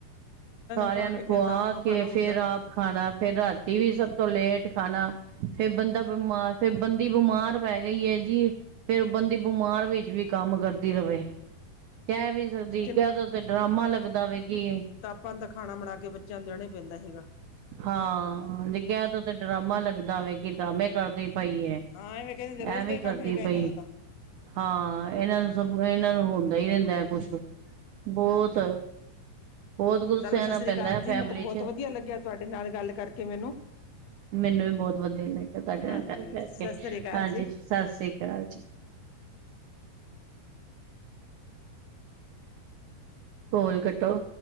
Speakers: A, on the right; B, on the left.
A: ਸਾਰਿਆਂ
B: ਖਵਾ
A: ਨੂੰ
B: ਕੇ
A: ਖੁਆਕੇ
B: ਫੇਰ ਤਾਂ ਆਪ ਨੂੰ ਖਾਣਾ ਹੁੰਦਾ
A: ਫੇ਼ਰ ਆਪ ਖਾਣਾ, ਫੇ਼ਰ ਰ੍ਹਾਤੀਂ ਵੀ ਸਭ ਤੋਂ ਲੇਟ ਖਾਨਾ। ਫੇ਼ਰ ਬੰਦਾ ਬਿਮਾਰ, ਫੇ਼ਰ ਬੰਦੀ ਬਿਮਾਰ ਪੈ ਗਈ ਏ ਜੀ। ਫ਼ੇਰ ਬੰਦੀ ਬਿਮਾਰ ਵਿੱਚ ਵੀ ਕੰਮ ਕਰਦੀ ਰਵੇ, ਕਹਿ ਵੀ ਸਕਦੀ,
B: ਲੇਕਿਨ
A: ਕਹਿਦੋ ਤੇ ਡਰਾਮਾਂ ਲੱਗਦਾ ਵੇ ਕਿ
B: ਆਪਾ ਨ ਤਾ ਖਾਣਾ ਬਣਾਕੇ, ਬੱਚਿਆਂ ਨੂੰ ਦੇਣਾ ਈ ਪੈਂਦਾ ਹੇਗਾ।
A: ਹਾਂ, ਜੇ ਕਹਿਤਾ ਤਾਂ ਡਰਾਮਾ ਲੱਗਦਾ ਵੇ। ਡ੍ਰਾਮੇ ਕਰਦੀ ਪਈ ਏ,
B: ਹਾਂ ਐਵੇਂ ਕਹਿੰਦੇ ਰੋਜ਼
A: ਐਵੇਂ
B: ਦਾ ਹੀ
A: ਕਰਦੀ
B: ਕੰਮ ਹੈਗਾ
A: ਪਈ।
B: ਇਹਨਾਂ ਦਾ ਤਾਂ
A: ਹਾਂ, ਇਹਨਾਂ
B: ਹਾਂਜੀ
A: ਨੂੰ ਸਭ ਇਹਨਾਂ ਨੂੰ ਹੁੰਦਾ ਹੀ ਰਹਿੰਦਾ ਏ ਕੁਛ, ਬਹੁਤ।
B: ਹਾਂਜੀ
A: ਬਹੁਤ ਕੁਝ
B: ਚਲੋ
A: ਸਹਿਣਾ
B: ਸਸਰੀ
A: ਪੈਂਦਾ
B: ਕਾਰ
A: ਹੈ
B: ਜੀ,
A: ਫੈਮਿਲੀ
B: ਮੀ ਤ ਬਹੁਤ
A: ਚ
B: ਵਧੀਆ ਲੱਗਿਆ ਤੁਹਾਡੇ ਨਾਲ ਗੱਲ ਕਰਕੇ ਮੈਨੂੰ।
A: ਮੈਨੂੰ ਵੀ ਬੋਤ ਵਧੀਆ ਲੱਗੇਆ ਤੁਆਡੇ
B: ਹਾਂਜੀ
A: ਨਾਲ ਗੱਲ ਕਰਕੇ,
B: ਸਤਿ ਸ੍ਰੀ ਅਕਾਲ
A: ਹਾਂਜੀ
B: ਜੀ
A: ਸਾਸਰੀ ਕਾਲ ਜੀ। ਕੋਲ ਕੱਟੋ।